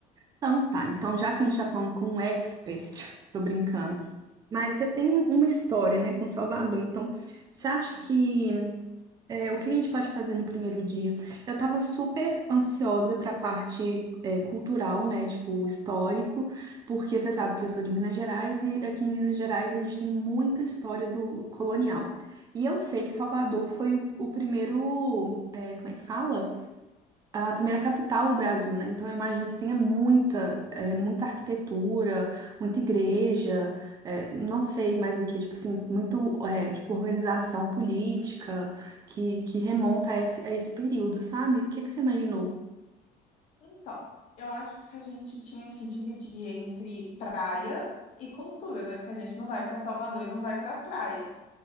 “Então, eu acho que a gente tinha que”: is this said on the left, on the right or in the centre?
Left